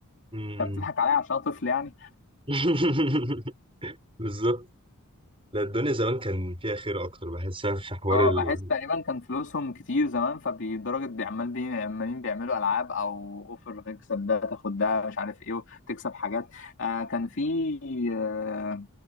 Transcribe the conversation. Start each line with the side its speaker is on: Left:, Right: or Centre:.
Right: امم
Left: انت بتضحك عليا عشان أنا طفل يعني
Right: <laughs> بالظبط لا الدنيا زمان كان فيها خير اكتر بحسها في حوار
Left: اه
Right: ال
Left: بحس تقريبا كان فلوسهم كتير زمان فبالدرجة بيعمال بي عمالين بيعملوا ألعاب أو أوفر تكسب ده تاخد ده مش عارف إيه وتكسب حاجات آه كان في آه